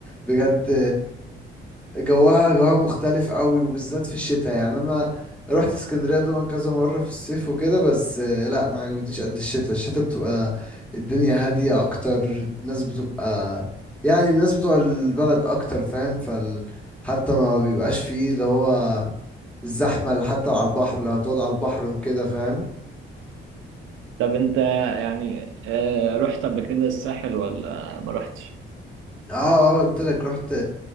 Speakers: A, in the centre; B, on the right (about 80°).
A: بجد جواها جواها مختلف قوي وبالذات في الشتاء يعني انا رحت اسكندريه طبعا كذا مره في الصيف وكده بس آه، لا ما عجبتنيش قد الشتاء الشتاء بتبقى الدنيا هاديه اكتر الناس بتبقى يعني الناس بتوع البلد اكتر فاهم فال حتى ما بيبقاش فيه اللي هو الزحمه اللي حتى على البحر لو هتقعد على البحر وكده فاهم
B: طب انت يعني آه، رحت قبل كده الساحل ولا ما رحتش
A: اه اه قلت لك رحت